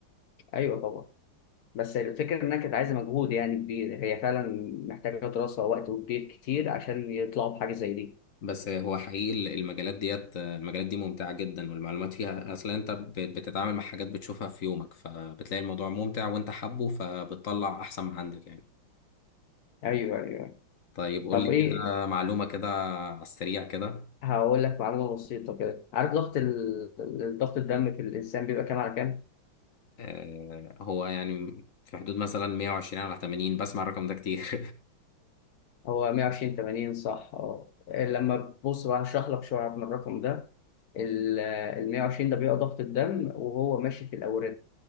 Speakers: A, on the left; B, on the left.
A: ايوه طبعا بس الفكرة إنها كانت عايزة مجهود يعني كبير هي فعلا محتاجة دراسة ووقت وكبير كتير عشان يطلعوا بحاجة زي دي
B: بس هو حقيقي المجالات ديت المجالات دي ممتعة جدا والمعلومات فيها أصلا أنت بت- بتتعامل مع حاجات بتشوفها في يومك فبتلاقي الموضوع ممتع وأنت حابه فبتطلع أحسن ما عندك يعني
A: أيوه أيوه
B: طيب قول
A: طب
B: لي كده
A: ايه
B: معلومة كده على السريع كده
A: هقول لك معلومه بسيطه كده عارف ضغط ال... الضغط الدم في الانسان بيبقى كام على كام
B: آه هو يعني في حدود مثلا 120 على 80 بسمع الرقم ده كتير
A: هو 120 80 صح اه إيه، لما تبص بقى هشرح لك شويه من الرقم ده ال ال 120 ده بيبقى ضغط الدم وهو ماشي في الاورده